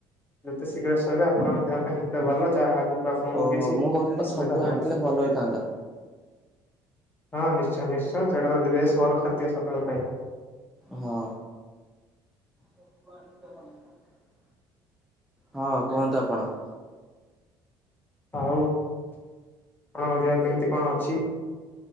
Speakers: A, on the left; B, in the centre.
A: ଯେତେ ଶୀଘ୍ର ଶୋଇବେ ଆପଣଙ୍କ ଦେହ ପାଇଁ ସେତେ ଭଲ ଯାହା ଆଗକୁ ଆପଣଙ୍କୁ
B: ଓହୋ
A: କିଛି
B: ମୁଁ କହୁଥିଲିଟି
A: ଅସୁବିଧା
B: ଛତୁ
A: ହବନି।
B: ଆଣିଥିଲେ ଭଲ ହେଇଥାନ୍ତା।
A: ହଁ ନିଶ୍ଚୟ ନିଶ୍ଚୟ ହୁଁ ସେଟା ତ ବେଶ ଭଲ ଖାଦ୍ୟ ସକାଳ ପାଇଁ।
B: ହଁ <unintelligible> ହଁ କୁହନ୍ତୁ ଆପଣ।
A: ଆଉ କଣ ଆପଣଙ୍କ ଦେହ କେମିତି କଣ ଅଛି?